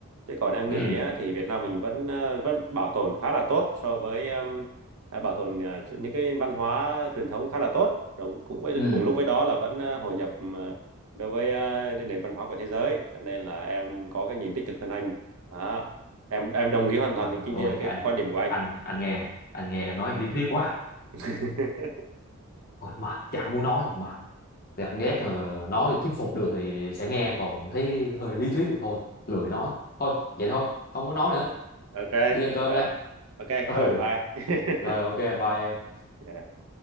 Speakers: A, on the right (about 75°); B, on the left (about 40°).
A: Chứ còn em
B: ừ
A: nghĩ á, thì Việt Nam mình vẫn ờ, vẫn bảo tồn khá là tốt so với um, à, bảo tồn ờ, những cái văn hóa truyền thống khá là tốt. Đồng, cũng với,
B: ừ
A: cùng lúc với đó là vẫn ờ, hội nhập ờ, đối với ờ, nền văn hóa của thế giới. Cho nên là em có cái nhìn tích cực hơn anh. Đó. Em em đồng ý hoàn toàn
B: rồi
A: cái,
B: rồi ôi
A: cái,
B: anh
A: cái, quan điểm của anh.
B: anh anh nghe anh nghe em nói lý thuyết quá
A: <laughs>
B: ôi mệt chẳng muốn nói mệt cảm giác ờ, nói thuyết phục được thì sẽ nghe còn thấy hơi lý thuyết thì thôi lười nói thôi vậy thôi không có nói nữa
A: Ok,
B: đi ăn cơm
A: rồi.
B: đây
A: Ok,
B: ừ
A: rồi, bye. <laughs>
B: rồi ok bye em
A: Yeah.